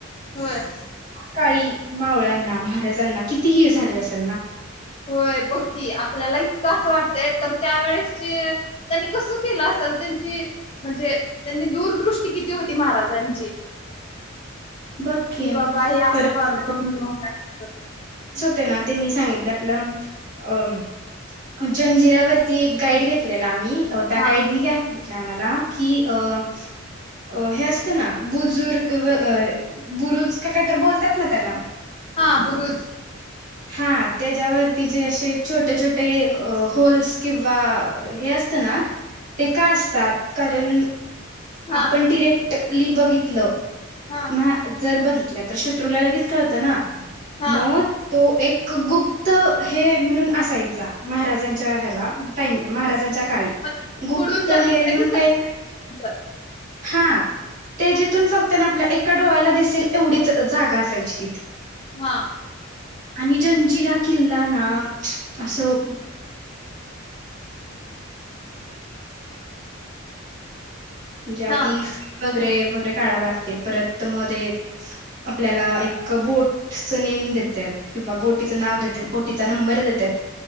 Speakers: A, on the left (about 25°); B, on the right (about 40°).
A: होय
B: काळी मावळ्यांना महाराजांना किती हे झालं असलं ना
A: व्हय बघ की आपल्याला इतकं अस वाटतंय तर त्यावेळेस चे त्यांनी कस केले असेल त्यांची म्हणजे त्यांनी दूरदृष्टी किती होती महाराजांची
B: बघ की
A: कि बाबा हे असं
B: परत
A: बांधायचं
B: <unintelligible>
A: किंवा काय असं
B: ते ना त्यांनी सांगितलं आपलं अहं उज्जैनजिऱ्यावरती एक गाइड घेतलेला आम्ही अह त्या
A: हा
B: गाईड नी काय ते आम्हाला की अह अह हे असत ना की बुजुर्ग अह बुरुज काय काहीतरी बोलत्यात ना त्याला
A: हा <inaudible>
B: हात तेच्यावरती जे असे छोटे छोटे होल्स किंवा अह हे असत ना ते का असत त्यातकारण
A: हा
B: आपण डिरेक्ट लि बघितलं
A: हा
B: मं जर बघित नाहीतर शत्रूला लगेच कळतं ना
A: हा
B: मौत एक गुप्त हे म्हणून असायचा महाराजांच्या ह्याला नाही महाराजांच्या काही
A: मग
B: गुप्त
A: पुढून बघितलं
B: हेर म्हणून
A: की
B: काय
A: समजायचं
B: हा ते जिथून फक्त ना लआपल्या एका डोळ्याला दिसेल तेवढीच जागा असायची
A: हा
B: आणि जंजिरा किल्ला ना असं ज्या
A: हा
B: आधी वगैरे वगैरे काढायला लागते परत मध्ये आपल्याला एक बोटच नेम देते किंवा बोटीचं नाव देतेत बोटीचा नंबर देत्यात